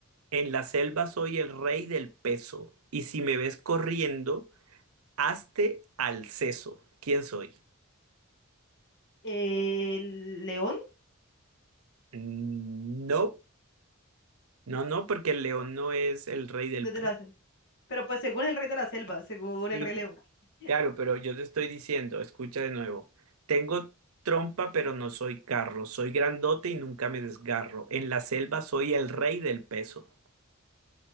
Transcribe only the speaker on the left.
¿El león?
No es
de la selva. Pero pues según el rey de la selva, según
el rey león. <laughs>